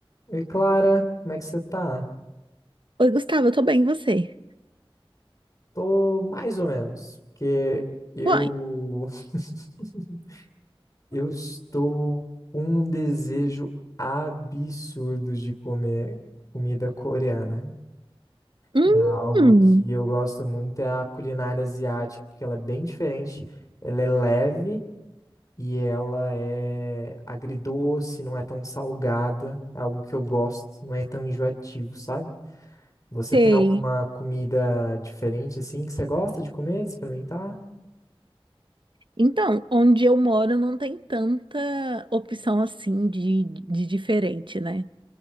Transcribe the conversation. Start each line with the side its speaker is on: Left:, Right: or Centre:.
Left: Oi, Clara, como é que você tá?
Right: Oi, Gustavo, eu tô bem, e você?
Left: Tô mais ou menos, porque eu
Right: Uai.
Left: <laughs> eu estou com um desejo absurdo de comer comida coreana.
Right: Hum,
Left: É algo que eu gosto muito, é a culinária asiática, porque ela é bem diferente, ela é leve e ela é agridoce, não é tão salgada, é algo que eu gosto, não é tão enjoativo, sabe? Você
Right: sei.
Left: tem alguma comida diferente assim que você gosta de comer, de experimentar?
Right: Então, onde eu moro não tem tanta opção assim de, de diferente, né?